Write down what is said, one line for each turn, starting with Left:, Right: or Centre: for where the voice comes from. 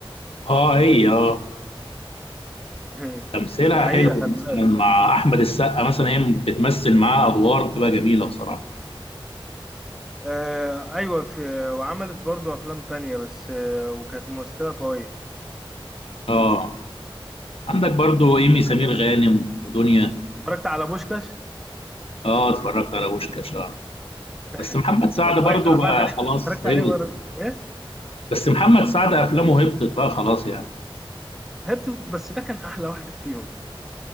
Left: اه هي اه
Centre: <laughs>
Left: تمثيلها
Centre: ده حقيقة
Left: حلو
Centre: خلي
Left: مثلا
Centre: بالك
Left: مع احمد السقا مثلا هي بتمثل معاه ادوار بتبقى جميله بصراحه
Centre: آه ايوه في وعملت برضو افلام تانية بس آه وكانت ممثلة قوية
Left: اه عندك برضو ايمي
Centre: طب
Left: سمير غانم ودنيا
Centre: اتفرجت على بوشكاش
Left: اه اتفرجت على بوشكاش
Centre: <laughs>
Left: بس محمد سعد
Centre: انا اتفرجت
Left: برضه
Centre: انا
Left: بقى
Centre: بعت عليه
Left: خلاص
Centre: اتفرجت
Left: هبط
Centre: عليه مرة ايه
Left: بس محمد سعد افلامه هبطت بقى خلاص يعني
Centre: هرت بس ده كان احلى واحد فيهم